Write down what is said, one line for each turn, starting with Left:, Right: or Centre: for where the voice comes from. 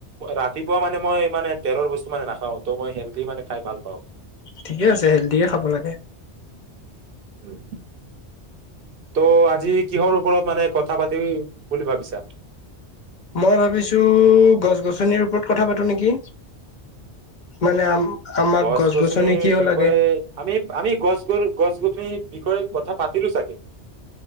Right: ৰাতিপুৱা মানে মই মানে তেলৰ বস্তু মানে নাখাও ত মই হেল্ডী মানে খাই ভাল পাওঁ।
Left: ঠিকে আছে হেল্ডিয়ে খাব লাগে।
Right: উম, ত' আজি কিহৰ ওপৰত মানে কথা পাতিবি বুলি ভাবিছা।
Left: মই ভাবিছো গছ গছনিৰ ওপৰত কথা পাতো নেকি মানে আম, আমাক
Right: গছ গছনিৰ
Left: গছনি কিয়
Right: বিষয়ে
Left: লাগে
Right: আমি আমি গছ গ গছ গছনি, বিষয়ে কথা পাতিলো চাগে।